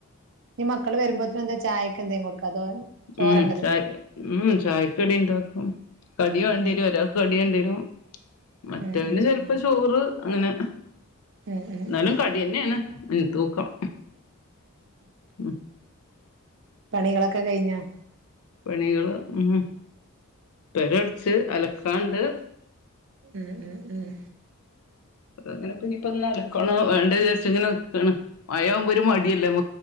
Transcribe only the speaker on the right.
ഇ മക്കള് വരുമ്പോത്ത്നെന്തെ ചായക്കെ എന്തെ കൊടുക്കോ അതോ ചോറന്നെ
തിന്നോ
ഉം
ഉം ഉം
ഉം
ഉം ഉം
ഉം
പണികളൊക്കെ കയ്ഞ്ഞോ
ഉം ഉം ഉം